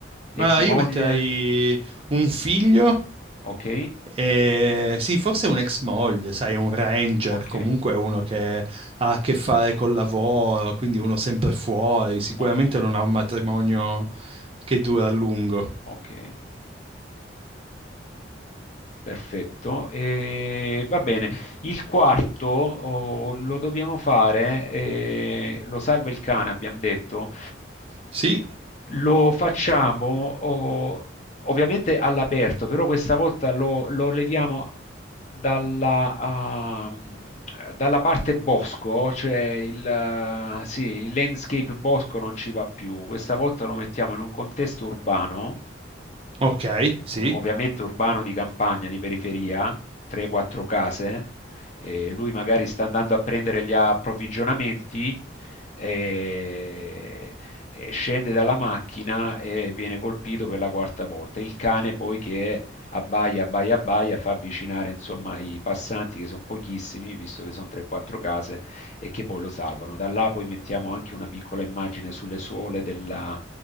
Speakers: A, on the left; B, on the right.
A: ex
B: Ah,
A: moglie?
B: io metterei un figlio
A: Ok,
B: e sì, forse un ex moglie, sai, un ranger,
A: ok,
B: comunque uno che ha a che fare col lavoro, quindi uno sempre fuori, sicuramente
A: ok,
B: non ha un matrimonio che dura a lungo.
A: ok. Perfetto, e va bene. Il quarto oh, lo dobbiamo fare, eh, lo salva il cane, abbiamo detto.
B: Sì,
A: Lo facciamo oh, ovviamente all'aperto, però questa volta lo, lo leviamo dalla, ah, dalla parte bosco, cioè il, ah, sì, il landscape bosco non ci va più. Questa volta lo mettiamo in un contesto urbano
B: ok, sì,
A: eh, ovviamente urbano di campagna, di periferia, 3-4 case, eh, lui magari sta andando a prendere gli approvvigionamenti, eh, eh, scende dalla macchina e viene colpito per la quarta volta. Il cane poi che abbaia, abbaia, abbaia, fa avvicinare insomma i passanti che sono pochissimi, visto che sono 3-4 case, e che poi lo salvano. Da là poi mettiamo anche una piccola immagine sulle suole della,